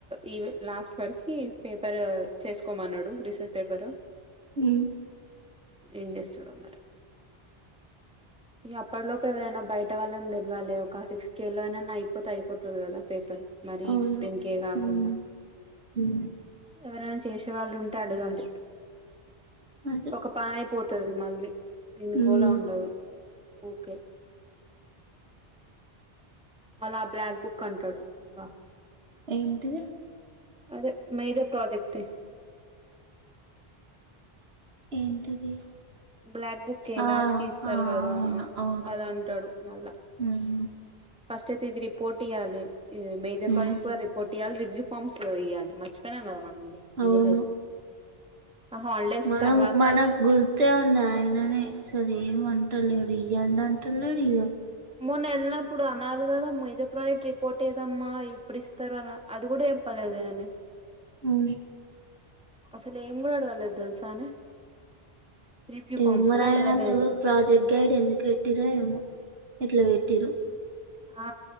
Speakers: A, in the centre; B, on the right.
A: ఈ లాస్ట్ వరకి పేపర్ చేసుకోమన్నాడు రీసెల్ట్ పేపరు
B: ఊ
A: ఏం చేస్తాడో మరి ఈ అప్పటి లోపు ఎవరైనా బయట వాళ్ళని తెిలవాలి ఒక సిక్స్త్ కే లో అనా అయిపోతే అయిపోతది కదా పేపర్. మరి
B: అవును.
A: ఫిఫ్టీన్ కే కాకుండా.
B: హ్మ్. హ్మ్.
A: ఎవరైనా చేసే వాళ్ళు ఉంటే అడగాలి
B: అది.
A: ఒక పానైపోత్. స్తది మళ్ళీ తిన్
B: హ్మ్.
A: గోలా ఉండదు ఊకే. మళ్ళా ఆ బ్లాక్ బుక్ అంటాడు బా.
B: ఏంటిది.
A: అదే మేజర్ ప్రాజెక్ట్ ది.
B: ఏంటిది.
A: బ్లాక్ బుక్కె
B: ఆ!
A: లాస్ట్ కి ఇస్తారు
B: ఆ!
A: కదా
B: అవును. అవును.
A: అద అంటాడు మళ్ళా.
B: హ్మ్.
A: ఫస్ట్ అయితే ఇది రిపోర్ట్ ఇయాలి మేజర్
B: హ్మ్.
A: ప్రాజెక్ట్ వరి. పోట్యాలి రివ్యూ ఫార్మ్స్ ఇయ్యాలి మర్చిపోయినాం కదా మనం
B: అవును.
A: ఇయ్యలేదు. ఆ హాలిడేస్
B: మనం
A: తర్వాత.
B: మనకు గుర్తే ఉంది ఆయననే అసలు ఏం అంటా లేడు ఇయ్యండి అంట లేడు ఇయ్యద్.
A: మొన్న నెళ్ళినప్పుడు అనాలి కదా మేజర్ ప్రాజెక్ట్ రిపోర్ట్ ఏదమ్మా ఇప్పుడిస్. తర్వా అది కూడా చెప్ప లేదే అని.
B: ఊ.
A: అస్సలు ఏం కూడా అడగలేదు తెలుసానే. రివ్యూ
B: ఏ
A: ఫార్మ్స్
B: మ
A: కూడా
B: రాయనా
A: అడగలేదు
B: సార్ ప్రాజెక్ట్ గైడ్ ఎందుకు పెట్టిరో ఏమో ఇట్లా పెట్టిరు.
A: ఆ